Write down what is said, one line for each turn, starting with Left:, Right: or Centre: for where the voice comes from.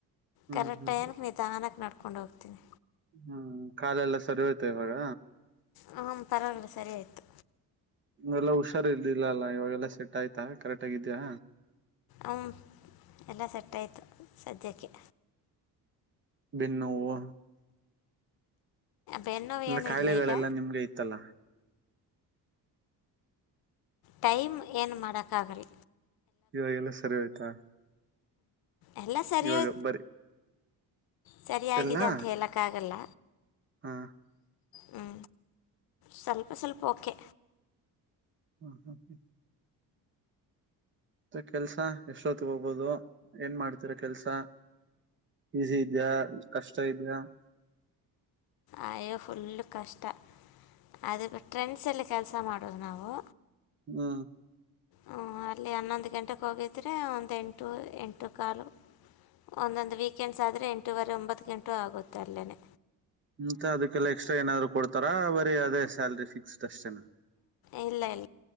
Right: ಹ್ಮ್
Left: ಕರೆಕ್ಟ್
Right: ಹ್ಮ್
Left: ಟೈಮಗೆ
Right: ಹ್ಮ್
Left: ನೀ ತಾನಕ್ಕೆ ನಡ್ಕೊಂಡು ಹೋಗ್ತೀನಿ
Right: ಹ್ಮ್ ಕಾಲ ಎಲ್ಲ ಸರಿ ಹೋಯ್ತವೆವಾಗ
Left: ಹ ಪರವಾಗಿಲ್ಲ ಸರಿ ಆಯ್ತು
Right: ಎಲ್ಲಾ ಹುಷಾರಿಲ್ಲಲ್ಲಾ ಇವಾಗೆಲ್ಲಾ ಸೆಟ್ ಆಯ್ತಾ ಕರೆಕ್ಟ್ ಆಗಿದ್ಯಾ
Left: ಅವ ಎಲ್ಲ ಸೆಟ್ ಆಯತು ಸದ್ಯಕ್ಕೆ
Right: ಬೆನ್ನೋವು
Left: ಬೆನ್ನೋವು
Right: ಅಂದ್ರ
Left: ಏನೂ
Right: ಕಾಯಿಲೆಗಳೆಲ್ಲಾ
Left: ಇಲ್ಲ ಈಗ
Right: ನಿಮ್ಗೆ ಇತ್ತಲ್ಲ
Left: ಟೈಮ್ ಏನು ಮಾಡಕ್ಕಾಗಲಿ
Right: ಇವಾಗೆಲ್ಲ ಸರಿ ಹೋಯ್ತಾ
Left: ಎಲ್ಲಾ ಸರಿಯೋ
Right: ಇವಾಗ ಬರಿ
Left: ಸರಿಯಾಗಿದೆ
Right: ಎಲ್ಲಾ
Left: ಅಂತ ಹೇಳಕ್ಕಾಗಲ್ಲ
Right: ಹಾ
Left: ಹ್ಮ ಸ್ವಲ್ಪ ಸ್ವಲ್ಪ ಓಕೆ
Right: ಹೌ ಹ <inaudible> ಮತ್ತ ಕೆಲ್ಸ ಎಷ್ಟೊತ್ತ ಗೋಬಹುದು ಏನ್ ಮಾಡ್ತೀರ ಕೆಲ್ಸ ಈಸಿ ಇದ್ಯಾ ಕಷ್ಟ ಇದ್ಯಾ
Left: ಆಯೋ ಫುಲ್ ಕಷ್ಟ ಅದ ಟ್ರೆಂಡ್ಸ್ ಅಲ್ಲಿ ಕೆಲಸ ಮಾಡೋದು ನಾವು
Right: ಹಾ
Left: ಹ ಅಲ್ಲಿ ಹನ್ನೊಂದು ಗಂಟೆಗೆ ಹೋಗಿದ್ರೆ ಒಂದು ಎಂಟು ಎಂಟು ಕಾಲು ಒಂದೊಂದು ವೀಕೆಂಡ್ಸ್ ಆದ್ರರೆ ಎಂಟೂವರೆ ಒಂಬತ್ತು ಗಂಟು ಆಗುತ್ತೆ ಅಲ್ಲೇನೆ
Right: ಮಂತ ಅದಕ್ಕೆಲ್ಲ ಎಕ್ಸ್ಟ್ರಾ ಏನಾದ್ರು ಕೊಡ್ತಾರಾ ಬರೀ ಅದೇ ಸ್ಯಾಲ್ರಿ ಫಿಕ್ಸ್ ಅಷ್ಟೇನ
Left: ಇಲ್ಲ ಇಲ್ಲ